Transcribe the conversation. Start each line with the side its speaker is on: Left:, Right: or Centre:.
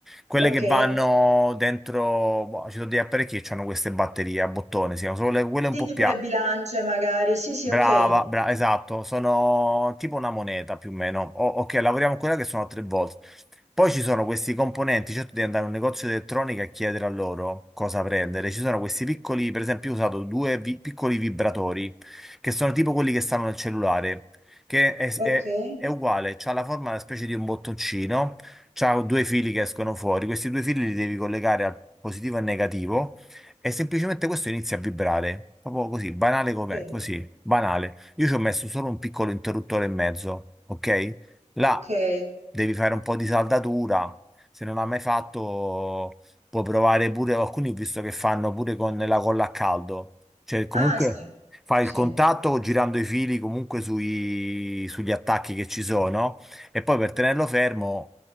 Centre: quelle
Right: Ok.
Centre: che vanno dentro. boh, ci sono degli apparecchi che hanno queste batterie a bottone, si chiamano, sono le- quelle
Right: Sì,
Centre: un po'
Right: tipo
Centre: più
Right: le bilance magari. Sì, sì,
Centre: Brava,
Right: okay.
Centre: brava, esatto, sono tipo una moneta più o meno. O- ok, lavoriamo con quella che sono a tre volte. Poi ci sono questi componenti, certo devi andare a un negozio di elettronica e chiedere a loro cosa prendere. Ci sono questi piccoli, per esempio, io ho usato due vi- piccoli vibratori, che sono tipo quelli che stanno nel cellulare, che è,
Right: Okay,
Centre: è- è uguale, c'ha la forma una specie di un bottoncino, c'ha due fili che escono fuori, questi due fili li devi collegare al positivo e al negativo. E semplicemente questo inizia a vibrare, proprio così, banale com'è,
Right: okay,
Centre: così, banale. Io ci ho messo solo un piccolo interruttore e mezzo, ok? Là
Right: okay.
Centre: devi fare un po' di saldatura, se non l'hai mai fatto puoi provare pure, alcuni ho visto che fanno pure con la colla a caldo, cioè comunque
Right: Ah sì,
Centre: fai
Right: sì.
Centre: il contatto girando i fili comunque sui- sugli attacchi che ci sono e poi per tenerlo fermo...